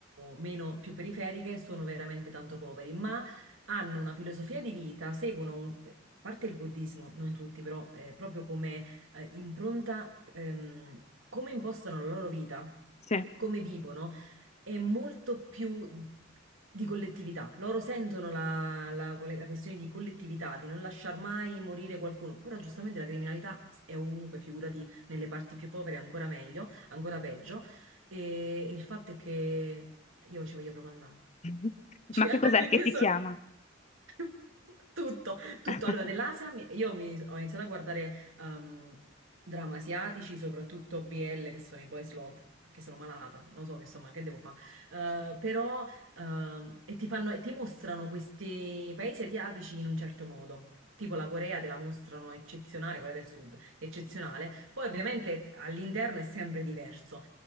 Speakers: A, on the right; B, on the left.
A: meno, più periferiche sono veramente tanto poveri, ma hanno una filosofia di vita, seguono, un- eh, a parte il buddismo, non tutti, però eh, proprio come eh, impronta, ehm, come impostano la loro vita,
B: sì.
A: come vivono, è molto più di collettività. Loro sentono la, la- la questione di collettività, di non lasciar mai morire qualcuno, però giustamente la criminalità è ovunque, figurati nelle parti più povere ancora meglio, ancora peggio. E il fatto è che io ci voglio proprio andare.
B: <laughs>
A: <laughs> Cioè,
B: Ma che cos'è
A: perché
B: che ti
A: sono...
B: chiama?
A: <laughs> Tutto, tutto.
B: <laughs>
A: Allora, dell'Asia mi- io mi- ho iniziato a guardare ehm, drammi asiatici, soprattutto BL, che sono i boys love, perché sono malata, non so che insomma, che devo fare. però, ehm, e ti fanno, e ti mostrano questi paesi asiatici in un certo modo. Tipo la Corea te la mostrano eccezionale, quella del sud, eccezionale. Poi ovviamente all'interno è sempre diverso.